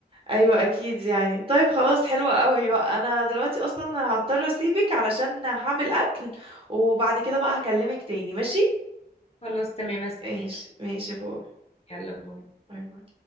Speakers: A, on the right; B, on the left.
A: ايوه اكيد يعني طيب خلاص حلوة قوي بقى انا دلوقتي اصلا هضطر اسيبك علشان هعمل اكل وبعد كده بقى هكلمك تاني ماشي
B: خلاص تمام استناكي
A: ماشي ماشي باي
B: يلا باي
A: باي باي.